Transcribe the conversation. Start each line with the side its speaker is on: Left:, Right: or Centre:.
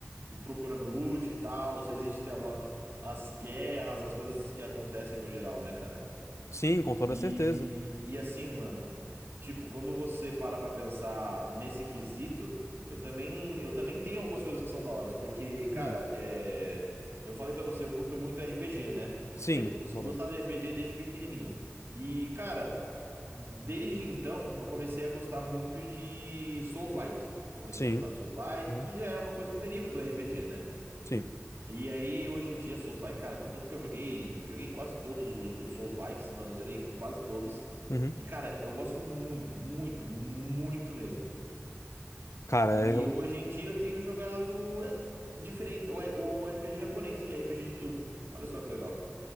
Right: procurando loot e tal, existe até uma, as guerras, as coisas que acontecem no geral, né, cara?
Left: Sim, com toda
Right: E,
Left: certeza.
Right: e assim, mano, tipo, quando você para pra pensar nesse quesito, eu também, eu também tenho algumas coisas que são da hora, porque, cara,
Left: Hum,
Right: é, eu falei pra você, eu curto muito RPG, né?
Left: sim,
Right: Sempre
Left: bolou.
Right: gostava de RPG desde pequenininho. E, cara, desde então eu comecei a gostar muito de Souls-like. Comecei
Left: Sim.
Right: a gostar de Souls-like,
Left: uhum,
Right: que já é uma coisa que deriva do RPG, né?
Left: Sim.
Right: E aí, hoje em dia, Souls-like, cara, contanto que eu joguei, joguei quase todos os, os Souls-likes, mano, zerei quase todos.
Left: uhum.
Right: E, cara, eu gosto muito, muito, muito mesmo.
Left: Cara,
Right: E
Left: eu-
Right: hoje em dia eu tenho jogado é, diferente, o, o RPG japonês, que é RPG de turno. Olha só que legal.